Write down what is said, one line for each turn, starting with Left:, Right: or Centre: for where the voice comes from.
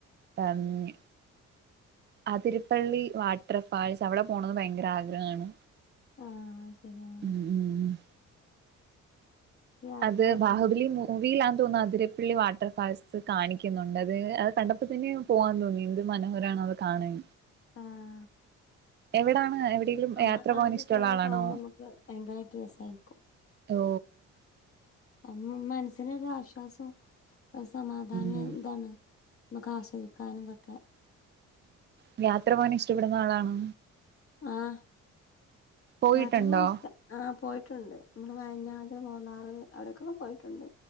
Right: പർഞ് അതിരപ്പള്ളി വാട്ടർ ഫാൾസ് അവടെ പോണന്ന് ഭയങ്കര ആഗ്രഹാണ്.
Left: ആ അയ്ശെരി ആ
Right: ഉം ഉം
Left: യാത്ര
Right: അത്
Left: അതന്നെ
Right: ബാഹുബലി മു മൂവിലാന്ന്തോന്നു അതിരപ്പിള്ളി വാട്ടർഫാൾസ് സ് കാണിക്കുന്നുണ്ട് അത് ത് കണ്ടപ്പൊ തനെയോ- പോവാൻ തോന്നി എന്ത് മനോഹരാണ് അത് കാണാൻ.
Left: ആ ഹ്
Right: എവിടാണ്. എവിടെയെങ്കിലും
Left: നമ്മൾ
Right: യാത്ര
Left: കാണാത്ത
Right: പോകാൻ ഇഷ്ടമുള്ള
Left: സ്ഥലങ്ങള്
Right: ആളാണോ
Left: കാണുമ്പമ്മക്ക് ഭയങ്കരായിട്ട് രസായിരിക്കും.
Right: ഓ.
Left: ഉം മ് മനസ്സിനൊരു ആശ്വാസോം ഒരു സമാധാനോം
Right: ഉം
Left: എന്താണ്. നമ്മക്ക് ആസ്വദിക്കാനും ഇതൊക്കെ.
Right: ഉ യാത്ര പോവാൻ ഇഷ്ട്ടപ്പെടുന്ന ആളാണോ?
Left: ആഹാ
Right: പോയിട്ടുണ്ടോ
Left: യാത്ര പോണ ഇഷ്ട ആഹ് ആഹ് പോയിട്ടുണ്ട് നമ്മള് വയനാട് മൂന്നാറ് വരുന്നു അവിടെക്കൊക്കെ പോയിട്ടുണ്ട്